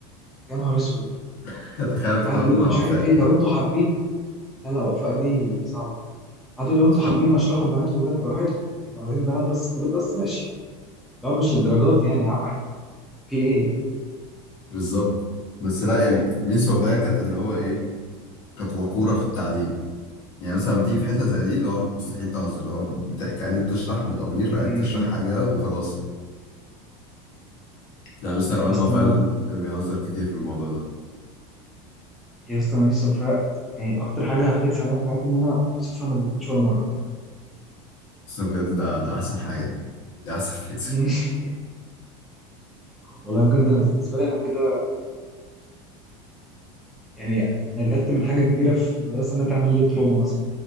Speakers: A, in the centre; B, on the left.
A: يا نهار اسود
B: <laughs> تخيل أنا كنت
A: قعد
B: باخده
A: يقول
B: مع
A: مش
B: وفاء
A: عارف ايه لو انتوا حابين لا لا وفاء دي صعبه
B: <laughs>
A: قعد يقول لو انتوا
B: كان-
A: حابين اشرحوا بنات وولاد براحتكم لو عايزين بنات بس وولاد بس ماشي لو مش للدرجات دي يعني يا عم احنا في ايه
B: بالظبط بس لا يعني ميس وفاء كانت اللي هو ايه كانت وقورة في التعليم يعني مثلا لما تيجي في حتة زي دي اللي هو مستحيل تهزر اللي هو بتحكي عادي بتشرح بضمير
A: امم
B: عادي بتشرح حاجة وخلاص لا مستر عماد
A: يا اسطى
B: هو فعلا بيهزر كتير في الموضوع ده
A: يا اسطى ميس وفاء يعني اكتر حاجه هفليكس عليها في حياتي ان انا ميس وفاء ما ادتنيش ولا مره
B: بس أنا بجد ده ده احسن حاجه ده احسن <laughs> فليكس
A: <laughs> والله بجد انا بالنسبه لي انا كده يعني نجدت من حاجة كبيرة في المدرسة إنها تعمل لي تروما مثلا